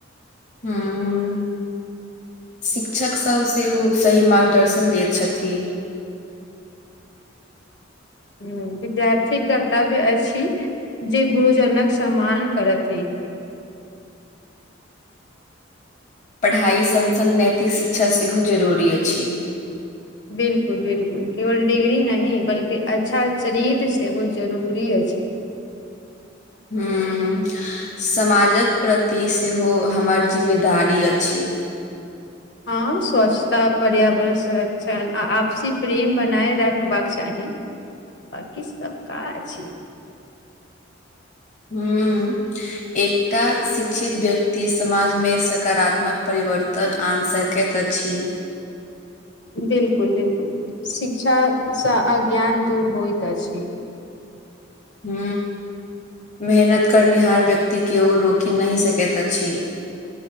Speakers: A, on the left; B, on the left.
A: हँ शिक्षक सभ सेहो सही मार्गदर्शन दैत छथिन
B: ह विद्यार्थी कर्तव्य अछि जे गुरुजनक सम्मान करथि ह
A: पढ़ाई सग सङ्ग नैतिक शिक्षा सेहो जरूरी अछि
B: बिल्कुल बिलकुल केवल डिग्री नहि बल्कि अच्छा चरित्र सेहो जरूरी अछि
A: ह समाजक प्रति सेहो हमर जिम्मेदारी अछि
B: हँ स्वच्छता पर्यावरण संरक्षण आ आपसी प्रेम बनाए रखबाक चाही बकी सब का अछि
A: ह एकटा शिक्षित व्यक्ति समाजमे सकारात्मक परिवर्तन आनि सकैत अछि
B: बिल्कुल बिलकुल शिक्षासँ अज्ञान दूर होइत अछि
A: ह मेहनत करनिहार व्यक्ति केओ रोकि नहि सकैत अछि